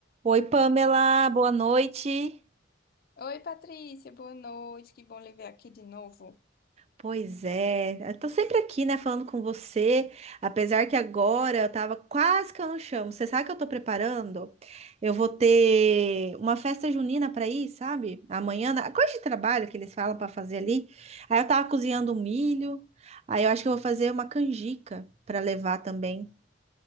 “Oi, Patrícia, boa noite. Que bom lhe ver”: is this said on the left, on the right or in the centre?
Left